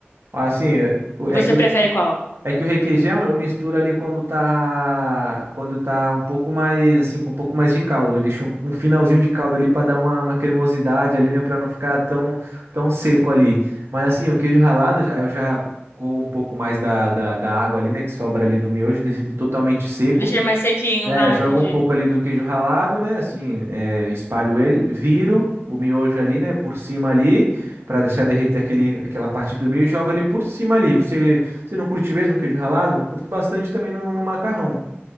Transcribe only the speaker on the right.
Assim, é
é
que
É que o requeijão eu misturo ali quando tá quando tá um pouco mais assim, com um pouco mais de caldo. Eu deixo um, um finalzinho de caldo ali para dar uma, uma cremosidade ali, né, para não ficar tão tão seco ali. Mas assim, o queijo ralado já eu já com um pouco mais da, da, da água ali, né, que sobra ali do miojo, deixo ele totalmente seco.
É,
jogo
um pouco ali do queijo ralado, né? Assim, é, espalho ele, viro o miojo ali, né? Por cima ali, pra deixar derreter aquele, aquela parte do meio e jogo ali por cima ali. Você, você não curte mesmo queijo ralado? Eu Curto bastante também no, no macarrão.